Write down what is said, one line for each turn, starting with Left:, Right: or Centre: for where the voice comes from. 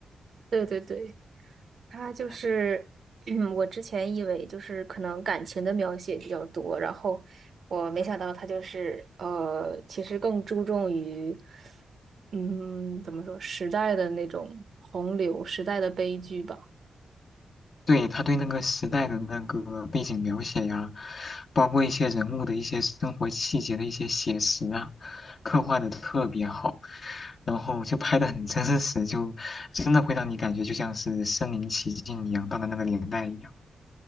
Right: 对对对，它就是
Left: 嗯
Right: <clears throat> 我之前以为就是可能感情的描写比较多，然后我没想到它就是呃，其实更注重于嗯，怎么说时代的那种洪流，时代的悲剧吧。
Left: 对，他对那个时代的那个背景描写呀，包括一些人物的一些生活细节的一些写实啊，刻画的特别好，然后就拍的很真实，就真的会让你感觉就像是身临其境一样，到了那个年代一样。